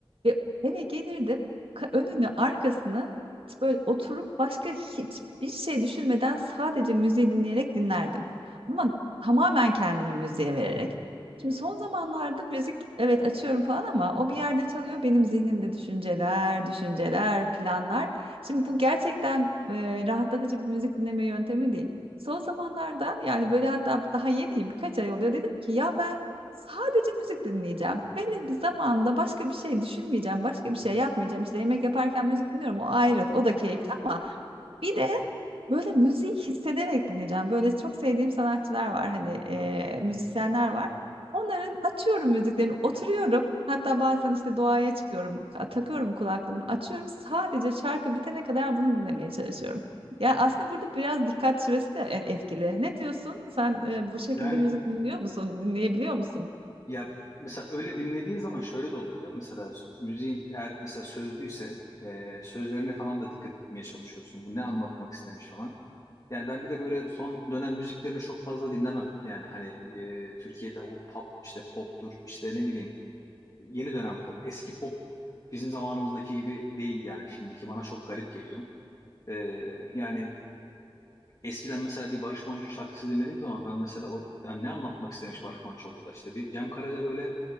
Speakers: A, on the right; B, on the left.
A: ve eve gelirdim. Ka- önünü, arkasını hiç böyle oturup başka hiçbir şey düşünmeden sadece müziği dinleyerek dinlerdim. Ama tamamen kendimi müziğe vererek. Şimdi son zamanlarda müzik evet açıyorum falan ama o bir yerde çalıyor benim zihnimde düşünceler, düşünceler, planlar. Şimdi bu gerçekten e, rahatlatıcı bir müzik dinleme yöntemi değil. Son zamanlarda yani böyle hatta daha yeniyim birkaç ay oluyor. Dedim ki ya ben sadece müzik dinleyeceğim. Belli bir zamanda başka bir şey düşünmeyeceğim. Başka bir şey yapmayacağım. İşte yemek yaparken müzik dinliyorum. O ayrı. O da keyifli ama bir de Böyle müziği hissederek dinleyeceğim. Böyle çok sevdiğim sanatçılar var hani eee, müzisyenler var. Onların açıyorum müziklerini oturuyorum. Hatta bazen işte doğaya çıkıyorum. Takıyorum kulaklığımı açıyorum. Sadece şarkı bitene kadar bunu dinlemeye çalışıyorum. Ya aslında burada biraz dikkat süresi de e- etkili. Ne diyorsun? Sen e, bu şekilde
B: Yani
A: müzik dinliyor musun? Dinleyebiliyor musun?
B: ya mesela öyle dinlediğin zaman şöyle de oluyor değil mi? Mesela s- müziğin eğer mesela sözlüyse e, sözlerine falan da dikkat etmeye çalışıyorsun. Bu ne anlatmak istemiş falan. Yani ben bir de böyle son dönem müziklerini çok fazla dinlemem. Yani hani e, Türkiye'de o pop işte poptur işte ne bileyim yeni dönem pop. Eski pop bizim zamanımızdaki gibi değil yani şimdiki bana çok garip geliyor. E, yani eskiden mesela bir Barış Manço şarkısı dinlediğim zaman ben mesela o yani ne anlatmak istemiş Barış Manço burada işte bir Cem Karaca böyle